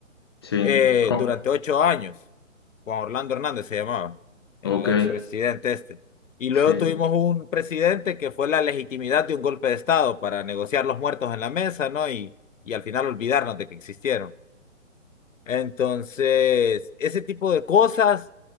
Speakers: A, on the left; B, on the left.
A: sí.
B: eh,
A: ¿Cómo?
B: durante ocho años. Juan Orlando Hernández se llamaba, el
A: Ok,
B: expresidente este. Y luego
A: sí,
B: tuvimos un presidente que fue la legitimidad de un golpe de Estado para negociar los muertos en la mesa, ¿no? Y, y al final olvidarnos de que existieron. Entonces, ese tipo de cosas,